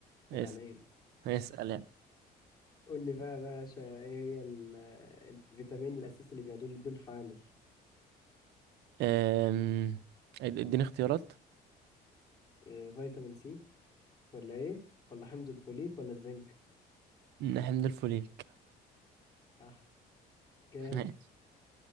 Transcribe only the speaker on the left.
عيب
عليك
قول لي بقى يا باشا إيه هي ال- الفيتامين الأساسي اللي بياخدوه اللي يدوه الحامل؟
آه، فيتامين سي ولا إيه؟ ولا حمض الفوليك ولا الزنك؟
صح جامد